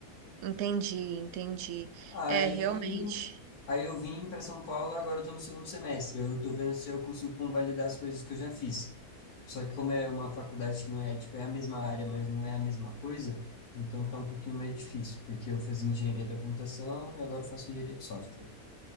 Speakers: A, on the right (about 70°); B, on the left (about 85°).
A: Entendi, entendi.
B: Aí,
A: É, realmente.
B: aí eu vim para São Paulo, agora eu tô no segundo semestre. Eu tô vendo se eu consigo convalidar as coisas que eu já fiz. Só que como é uma faculdade que não é, tipo, é a mesma área, mas não é a mesma coisa, então tá um pouquinho mais difícil, porque eu fazia engenharia da computação e agora eu faço engenharia de software.